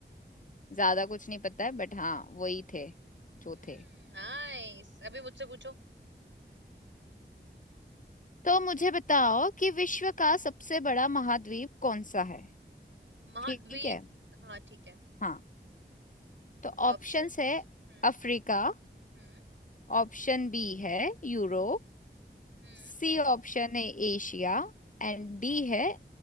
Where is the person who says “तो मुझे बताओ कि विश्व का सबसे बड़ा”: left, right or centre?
Left